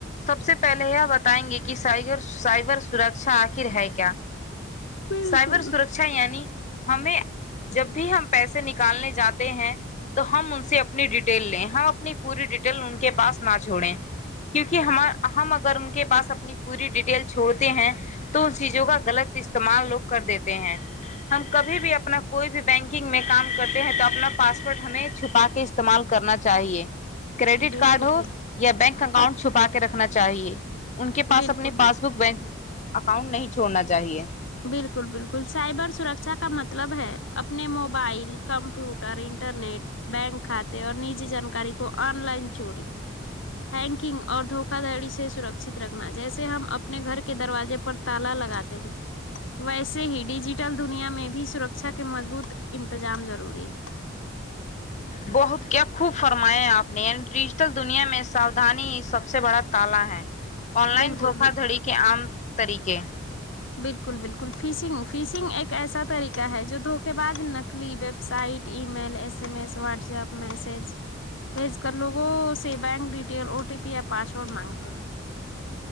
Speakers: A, on the left; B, on the left.
A: سب سے پہلے یہ بتائیں گے کہ سائبر سرکشا آخر ہے کیا
B: بالکل
A: سائبر سرکشا یعنی ہمیں جب بھی ہم پیسے نکالنے جاتے ہیں تو ہم ان سے اپنی ڈیٹیل لیں ہم اپنی پوری ڈیٹیل ان کے پاس نہ چھوڑیں کیونکہ ہمار ہم اگر ان کے پاس اپنی پوری ڈیٹیل چھوڑتے ہیں تو ان چیزوں کا غلط استعمال لوگ کر دیتے ہیں ہم کبھی بھی اپنا کوئی بھی بینکنگ میں کام کرتے ہیں تو اپنا پاسورڈ ہمیں چھپا کے استعمال کرنا چاہیے کریڈٹ
B: بالکل
A: کارڈ ہو
B: بالکل
A: یا بینک اکاؤنٹ چھپا کے رکھنا چاہیے ان کے پاس
B: بالکل
A: اپنے
B: بالکل
A: پاس بک بینک اکاؤنٹ نہیں چھوڑنا چاہیے
B: بالکل بالکل سائبر سرکشا کا مطلب ہے اپنے موبائل کمپیوٹر انٹرنیٹ بینک کھاتے اور نجی جانکاری کو آن لائن چوری ہینکنگ اور دھوکا دھڑی سے سرکشت رکھنا جیسے ہم اپنے گھر کے دروازے پر تالا لگاتے ہیں ویسے ہی ڈیجیٹل دنیا میں بھی سرکشا کے مضبوط انتظام ضروری ہے
A: بہت کیا خوب فرمایا ہے آپ نے یعنی ڈیجیٹل دنیا میں سودھانی سب سے بڑا تالا ہے آن لائن
B: بالکل
A: دھوکا
B: بالکل
A: دھڑی کے عام طریقے
B: بالکل بالکل فیسنگ فیسنگ ایک ایسا طریقہ ہے جو دھوک کے بعض نقلی ویبسائٹ ای میل S M S WhatsApp message بھیج کر لوگوں سے bank detail O T P یا پاسورڈ مانگتے ہیں